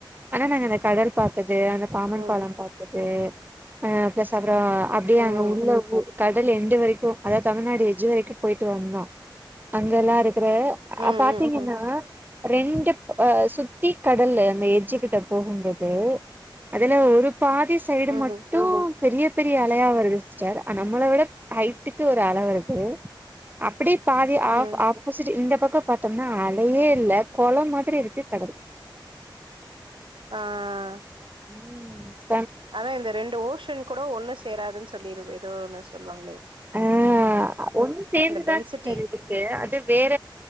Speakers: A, on the right; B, on the right.
A: ஆனா நாங்க அந்த கடல் பாத்தது அந்த பாம்பன்
B: ம்
A: பால பாத்தது ஆஹ் பேசப் அப்பற அப்டியே
B: ம்
A: அங்க உள்ள கடல் எண்டு வரைக்கு அதாது தமிழ்நாடு எட்ஜ் வரைக்கு போயிட்டு வந்தோ அங்கெல்லா இருக் த்ரு
B: ம் ம்
A: ஆஹ் பாத்தீங்கன்னா ரெண்டுப் சுத்தி கடலு அந்த எட்ஜ் கிட்ட போகும்போது அதுல ஒரு பாதி சைடு
B: ம்
A: மட்டு
B: ம்
A: பெரிய பெரிய அலையா வருது சிஸ்டர் நம்மள விட ஹைட்டுக்கு ஒரு அலை வருது அப்டிப் பாதி
B: ம்
A: ஆப் ஆப்போசிட் இந்த பக்க பாத்தோம்னா அலையே இல்ல கொள மாரி இருக்கு கடல்
B: ஆஹ்
A: உம்ஸ்
B: ஆனா இந்த ரெண்டு ஓஷன் கூட ஒண்ணு சேராதுன்னு சொல்லிரு ஏதோ ஒன்னு சொல்வாங்களே
A: ஆஹ் ஒண்ணு சேர்ந்துதா
B: டென்சிட்டி
A: சிஸ்டர் இருக்கு அது வேற